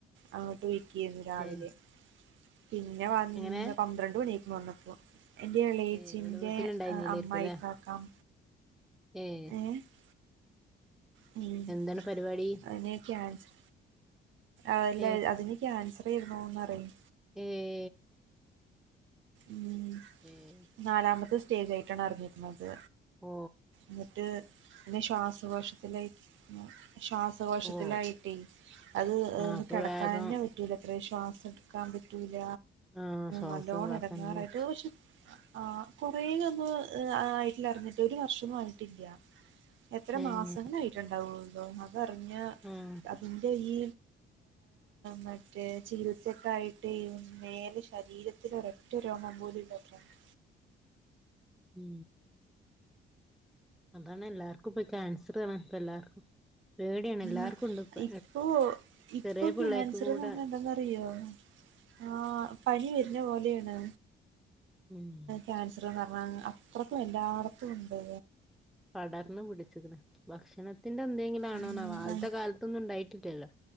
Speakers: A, on the right; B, in the centre.
A: അങ്ങോട്ട് പൊയ്ക്ക്യേന്നു രാവിലെ
B: ഏഹ്
A: പിന്നെ വന്ന്
B: എങ്ങനെ
A: പന്ത്രണ്ട് മണിയയ്ക്ക്‌ണ് വന്നപ്പോ എന്റെ എളെയ്ച്ചിൻ്റെ
B: ഏഹ് ഇവിടെ വീട്ടിലുണ്ടായിരുന്നില്ലേരിക്കും
A: അമ്മായി
B: അല്ലേ
A: കാക്ക
B: ഏഹ്
A: <inaudible> ഹ്മ്മ്,
B: എന്താണ് പരിപാടി
A: അയിന് ക്യാൻസറ്, അല്ല
B: ഏഹ്
A: അതിന് ക്യാൻസറേർന്നു ന്നറിയെ
B: ഏഹ്
A: ഉ
B: ഏഹ്
A: നാലാമത്തെ സ്റ്റേജയിട്ടാണ് അറിഞ്ഞിരിക്കുന്നത്
B: ഓ
A: ന്നിട്ട് പിന്നെ ശ്വാസകോശത്തിലായി ശ്വാസകോശത്തിലായിട്ടേ
B: ഓഹ്
A: അത്
B: ആഹ്
A: ഒന്ന്
B: അപ്പൊ
A: കെടക്കാൻ
B: വേഗം
A: പറ്റൂലത്ര ശ്വാസം എടുക്കാൻ പറ്റൂല
B: ആഹ് ശ്വാസം
A: നല്ലോണ്ണം
B: ഇതാക്കാനൊന്നും
A: ഇടങ്ങാറായിട്ട്
B: പറ്റി
A: ആഹ കൊറേ ഒന്ന് ആയിട്ടില്ല അറിഞ്ഞിട്ട് ഒരു വർഷോന്നും ആയിട്ടില്ല എത്ര
B: ഏഹ്
A: മാസങ്ങളായിട്ടുണ്ടാവതോ അതറിഞ്ഞ
B: ആഹ്
A: അതിന്റെ ഈ മറ്റേ ചികിത്സക്കായിട്ട് മേല് ശരീരത്തിലൊക്കെ ഒറ്റ രോമം പോലുല്ലയിരുന്നു
B: ഉം അതാണ് എല്ലാവർക്കും ഇപ്പൊ കാൻസറാണ് ഇപ്പ എല്ലാർക്കും പേടിയാണ് എല്ലാർക്കും
A: ഉ
B: ഉണ്ട് ഇപ്പ
A: ഇപ്പൊ ഇപ്പൊ
B: ചെറിയ പിള്ളേർക്കും
A: ക്യാൻസർന്ന്
B: കൂടെ
A: പറഞ്ഞ ന്താന്നറിയോ ആഹ പനി വരുന്ന പോലെയാണ്
B: ഉം
A: ക്യാൻസറന്ന് പറഞ്ഞാ അത്രക്കും എല്ലാടത്തുംണ്ട്
B: പടർന്ന് പിടിച്ചിക്ക്ണ് ഭക്ഷണത്തിന്റെ എന്തെങ്കിലും ആണോന്നോ
A: ഉം
B: ആദ്യത്തെ കാലത്തൊന്നും ഉണ്ടായിട്ടില്ലല്ലോ